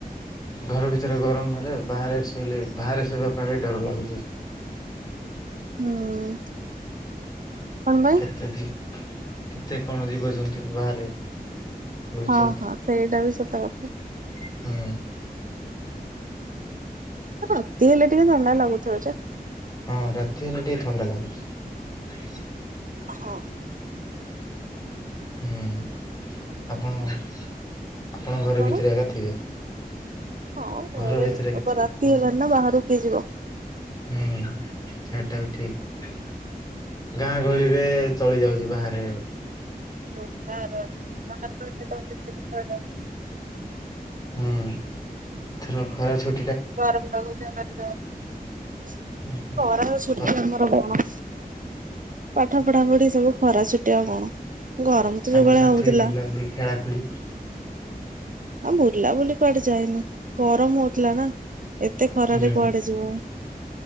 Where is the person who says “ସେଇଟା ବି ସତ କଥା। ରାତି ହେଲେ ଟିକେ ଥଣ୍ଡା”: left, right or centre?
Right